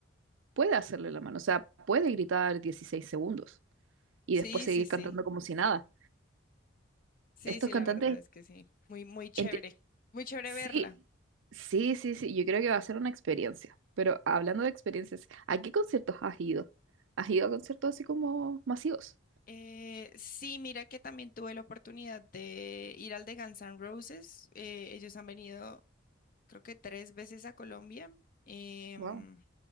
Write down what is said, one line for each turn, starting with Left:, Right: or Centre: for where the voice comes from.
Right: puede hacerle la mano, o sea, puede gritar 16 segundos y
Left: sí,
Right: después seguir
Left: sí, sí.
Right: cantando como si nada.
Left: Sí,
Right: Estos
Left: sí,
Right: cantantes,
Left: la verdad es que sí. Muy, muy chévere.
Right: enti-
Left: Muy chévere
Right: sí,
Left: verla.
Right: sí, sí, sí, yo creo que va a ser una experiencia, pero hablando de experiencias, ¿a qué conciertos has ido? ¿Has ido a conciertos así como masivos?
Left: Eh, sí, mira que también tuve la oportunidad de ir al de Guns N' Roses. Eh, ellos han venido, creo que tres veces a Colombia. Em,
Right: Wow.